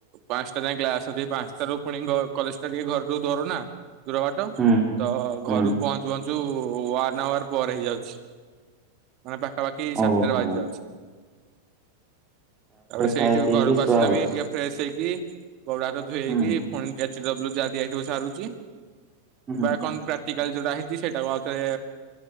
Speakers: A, on the right; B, on the right.
A: ପାଞ୍ଚଟା ଯାଏଁ କ୍ଲାସ୍ ଅଛି ପାଞ୍ଚଟାରୁ ପୁଣି କଲେଜ୍ ଟା ଟିକେ ଘରଠୁ ଦୁର ନା ଦୂର ବାଟ
B: ହୁଁ ହୁଁ।
A: ତ ଘରକୁ
B: ହୁଁ
A: ପହଞ୍ଚୁ ପହଞ୍ଚୁ ୱନ୍ ଆୱାର ପରେ ହେଇଯାଉଛି ମାନେ ପାଖାପାଖି ସାତଟା
B: ଓହୋ
A: ବାଜି ଯାଉଛି ତାପରେ ସେଇଠୁ
B: ଖାଇ ପିଇକି
A: ଘରକୁ
B: ଶୁଆ
A: ଆସନା
B: ହଉଛି।
A: ବି ଟିକେ ଫ୍ରେଶ୍ ହେଇକି ଗୋଡ ହାତ ଧୋଇ ହେଇକି
B: ହୁଁ
A: ପୁଣି ଏଚ୍ ଡବ୍ଲ୍ୟୁ ଯାହା ଦିଆ ହେଇ ଥିବ ସାରୁଛି କିବା
B: ହୁଁ
A: କଣ ପ୍ରା କ୍ଟିଟାଲ ଯୋଉଟା ହେଇଛି ସେଇଟାକୁ ଆଉ ଥରେ